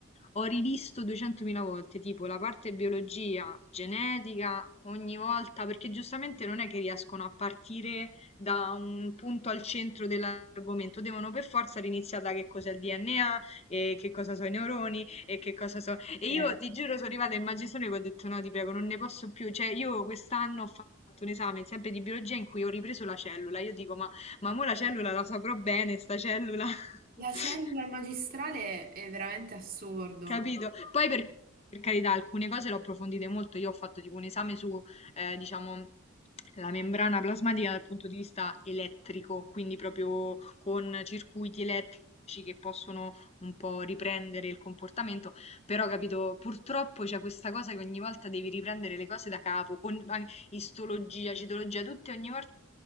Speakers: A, on the left (about 30°); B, on the right (about 50°).
A: ho rivisto 200.000 volte, tipo la parte biologia, genetica, ogni volta, perché giustamente non è che riescono a partire da un punto al centro dell'argomento, devono per forza riniziare da che cos'è il DNA e che cosa sono i neuroni e che cosa sono... E
B: Sì.
A: io ti giuro sono arrivata in magistrale che ho detto no, ti prego, non ne posso più, cioè io quest'anno ho fatto un esame sempre di biologia in cui ho ripreso la cellula, io dico ma, ma mo la cellula la saprò bene, sta cellula...
B: La
A: <laughs>
B: cellula e magistrale è veramente assurdo.
A: Capito? Poi per, per carità, alcune cose l'ho approfondite molto. Io ho fatto tipo un esame su, eh, diciamo, la membrana plasmatica dal punto di vista elettrico, quindi proprio con circuiti elettrici che possono un po' riprendere il comportamento. Però, capito, purtroppo c'è questa cosa che ogni volta devi riprendere le cose da capo, con ma- istologia, citologia, tutte ogni volta.